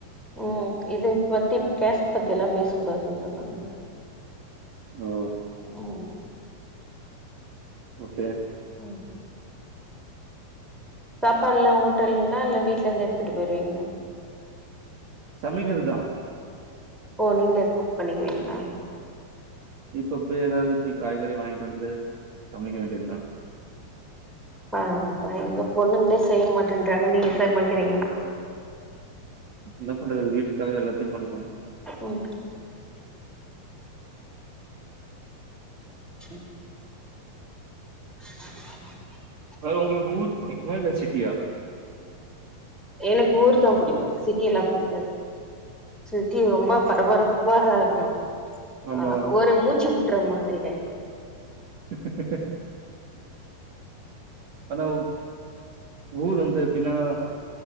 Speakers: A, in the centre; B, on the right.
A: உம் இது பத்தி பேஸ் பத்தில்லா பேசு கூடாது சொன்னாங்க
B: ஓ
A: உம்
B: ஓகே
A: உம் சாப்பாடு எல்லா ஹோட்டலுங்குளா இல்ல வீட்ல இருந்து எடுத்துட்டு போய்டுவீங்களா
B: சமைக்கிருதா
A: ஓ நீங்குலே குக் பண்ணிக்கிவிங்களா
B: இப்ப போய் ஏதாவுது போய் காய்கறி வாங்கிட்டு வந்து சமைக்க வேண்டிந்தா
A: ஆமாங்க எங்க பொண்ணுங்கலா செய்ய மாட்டேன்றாங்க நீங்க சமாக்கிறீங்க
B: என்ன பண்றது வீட்டுக்காக எல்லாத்தையும் பண்ணனும்
A: ம். உம் <inaudible>
B: வேற உங்களுக்கு ஊரு புடிக்கும இல்ல சிட்டியா
A: எனக்கு ஊர் தான் புடிக்கும் சிட்டியிலாம் புடிக்கும் சிட்டி ரொம்ப பரபரப் பரஹ ஆம்
B: ஆமா
A: ஆஹ் ஒரு மூச்சு மு டுற மாதிரி ஆ
B: <inaudible> ஆனா ஊர் வந்து எப்படின்னா